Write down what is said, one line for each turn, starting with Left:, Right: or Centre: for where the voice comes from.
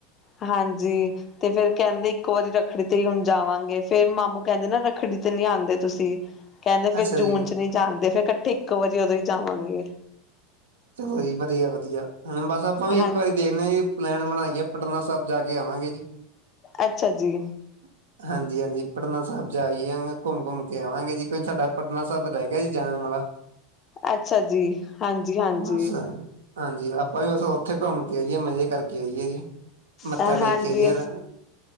Left: ਹਾਂਜੀ। ਤੇ ਫੇਰ ਕਹਿੰਦੇ ਇੱਕ ਵਾਰੀ ਰੱਖੜੀ ਤੇ ਹੁਨ ਜਾਵਾਂਗੇ ਫੇਰ ਮਾਮੂ ਕਹਿੰਦੇ ਨਾ ਰੱਖੜੀ ਤੇ ਨੀ ਆਂਦੇ ਤੁਸੀਂ। ਕਹਿੰਦੇ ਫੇਰ
Right: ਅੱਛਾ ਜੀ
Left: ਜੂਨ ਚ ਨੀ ਜਾਂਦੇ ਫਿਰ ਇਕੱਠੇ ਇੱਕੋ ਵਾਰੀ ਉਦੋਂ ਹੀ ਜਾਵਾਂਗੇ।
Right: ਚਲੋ ਜੀ ਵਧੀਆ ਵਧੀਆ ਹੁਣ ਬਸ ਆਪਾਂ ਵੀ
Left: ਹਾਂ
Right: ਇੱਕ ਵਾਰੀ ਦੇਖਦੇ ਹ ਜੀ। ਪਲੈਨ ਬਣਾਈਏ ਪਟਨਾ ਸਹਾਬ ਜਾ ਕੇ ਆਵਾਂ ਗੇ ਜੀ।
Left: ਅੱਛਾ ਜੀ।
Right: <unintelligible> <inaudible> ਹਾਂਜੀ ਹਾਂਜੀ ਪਟਨਾ ਸਹਾਬ ਜਾਈ ਘੁੰਮ ਘੁੰਮ ਕੇ ਆਵਾਂਗੇ ਜੀ ਕਿਉਂ ਸਾਡਾ ਪਟਨਾ ਸਾਹਿਬ ਰਹਿ ਗਿਆ ਜੀ ਜਾਨ ਵਾਲਾ।
Left: ਅੱਛਾ ਜੀ। ਹਾਂਜੀ ਹਾਂਜੀ
Right: ਬਸ ਹਾਂਜੀ ਆਪਾਂ ਵੀ ਬਸ ਓਥੇ ਘੁੰਮ ਕੇ ਆਈਏ ਮਜ਼ੇ ਕਰਕੇ ਆਈਏ ਜੀ। ਮੱਥਾ
Left: ਹਾਂਜੀ
Right: ਟੇਕਿ ਆਈ <unintelligible> ਰ।